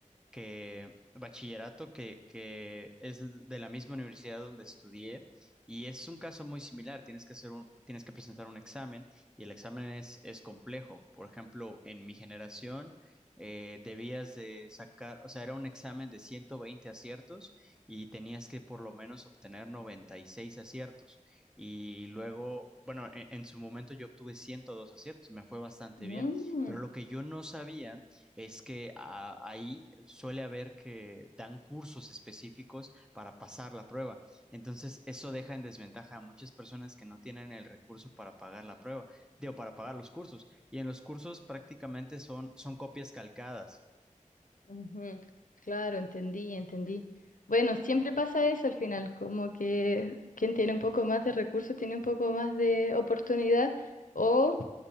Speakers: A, in the centre; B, on the left (about 85°).
A: que bachillerato que, que es de la misma universidad donde estudié y es un caso muy similar. Tienes que hacer un, tienes que presentar un examen y el examen es, es complejo. Por ejemplo, en mi generación eh, debías de sacar, o sea, era un examen de 120 aciertos y tenías que por lo menos obtener 96 aciertos. Y luego, bueno, en, en su momento yo obtuve 102 aciertos, me fue bastante
B: Mm,
A: bien, pero lo que yo no sabía es que a- ahí suele haber que dan cursos específicos para pasar la prueba. Entonces, eso deja en desventaja a muchas personas que no tienen el recurso para pagar la prueba, digo, para pagar los cursos. Y en los cursos prácticamente son, son copias calcadas.
B: Ujú, Claro, entendí, entendí. Bueno, siempre pasa eso al final, como que quien tiene un poco más de recursos tiene un poco más de oportunidad o